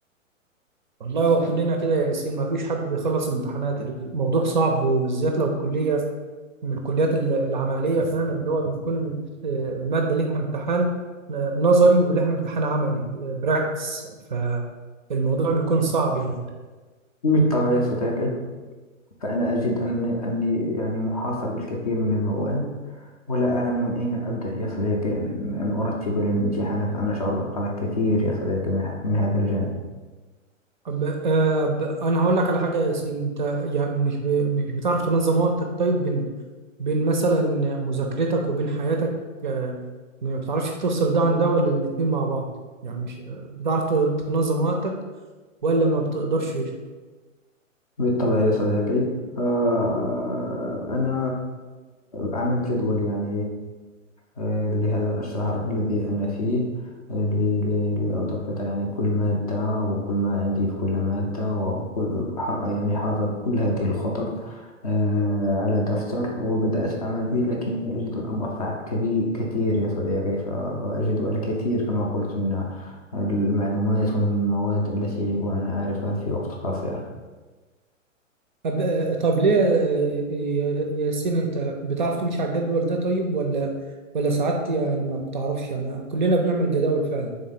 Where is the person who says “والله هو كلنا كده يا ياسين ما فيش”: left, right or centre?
Right